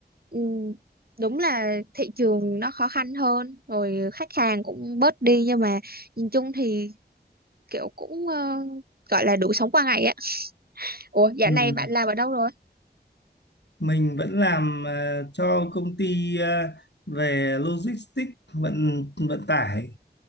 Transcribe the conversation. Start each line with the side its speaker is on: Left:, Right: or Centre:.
Right: ừm, đúng là thị trường nó khó khăn hơn, rồi khách hàng cũng bớt đi nhưng mà nhìn chung thì kiểu cũng ờ, gọi là đủ sống qua ngày á. Ủa, dạo
Left: Ừ.
Right: này bạn làm ở đâu rồi?
Left: Mình vẫn làm ờ, cho công ty ờ, về logistics vận vận tải.